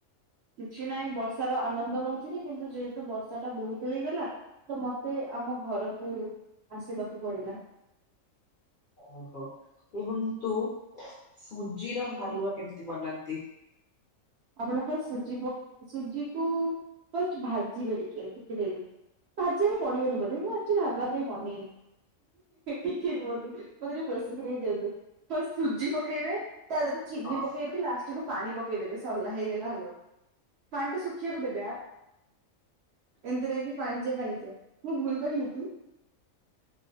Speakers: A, on the right; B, on the left.
A: କିଛି ନାହିଁ ବର୍ଷାର ଆନନ୍ଦ ନଉଥିଲି କିନ୍ତୁ ଯେହେତୁ ବର୍ଷା ଟା ବହୁତ ହେଇଗଲା ତ ମତେ ଆମ ଘରକୁ ଆସିବାକୁ ପଡିଲା।
B: ଓହୋ କୁହନ୍ତୁ। ସୁଜିର
A: ହୁଁ
B: ହାଲୁଆ କେମିତି ବନାନ୍ତି।
A: ଆପଣ କଣ ସୁଜି ପ ସୂଜିକୁ ଫାର୍ଷ୍ଟ ଭାଜିବେ ଟିକେ ଟିକେ ଭାଜିବାକୁ ପଡିବନି ବୋଧେ ମୁଁ ଆକ୍ଚୁଲି ହାଲୱା କେବେ ବନେଇନି ଟିକେ ରୁହନ୍ତୁ ମୋତେ ଟିକେ ପ୍ରୋସେସ କରିବାକୁ ଦିଅନ୍ତୁ ଫାର୍ଷ୍ଟ ସୁଜି ପକେଇବେ। ତା ଦେହରେ ଚିନି
B: ହଁ
A: ପକେଇବେ ଲାଷ୍ଟକୁ। ପାଣି ପକେଇଦେବେ। ସରଲା ହେଇଗଲା। ପାଣି ଟା ଶୁଖିବାକୁ ଦେବେ ଆଁ ଏମିତି ନାହିଁ କି ପାଣିଚିଆ ପାଣିଚିଆ ମୁଁ ଭୁଲ କହିଲି କି।